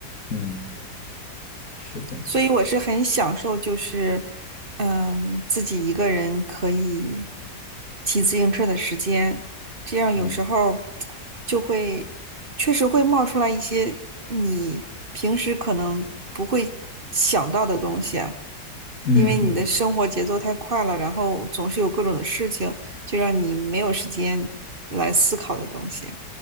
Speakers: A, on the left; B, on the right.
A: 嗯，是的，
B: 所以我是很享受，就是嗯，自己一个人可以骑自行车的时间，这样有时候
A: 嗯
B: 就会确实会冒出来一些你平时可能不会想到的东西啊，
A: 嗯嗯
B: 因为你的生活节奏太快了，然后总是有各种的事情，就让你没有时间来思考的东西，